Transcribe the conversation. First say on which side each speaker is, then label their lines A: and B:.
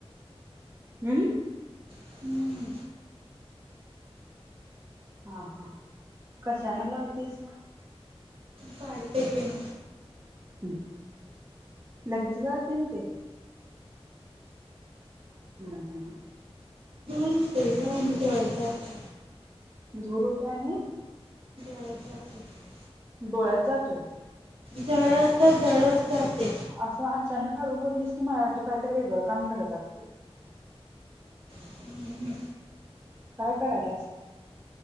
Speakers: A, on the right; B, on the right.
A: हम्म.
B: हम्म
A: हा हा. कशान लावतीस?
B: साडीच्या पिनन.
A: हम्म. लगेच जाळतंय म ते? हं हं ह.
B: पित्त हुतंय ग आणि जेवायचं आता
A: धुरूपाने
B: <inaudible>
A: डोळ्यात जातोय?
B: जळत जळत जातय.
A: असं अचानक हळू बोललीस की मला तू काहीतर वेगळं काम करत असते.
B: हम्म.
A: काय करायल्यास?